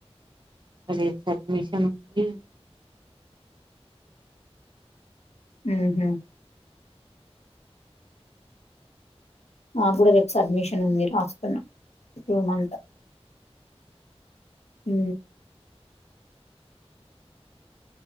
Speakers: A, on the right; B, on the left.
A: రేపు సబ్మిషన్ ఉంది
B: ఊహూ ఆ కూడా రేపుస్ అడ్మిషన్ ఉంది రాస్తున్నా టూ మంత్ ఊ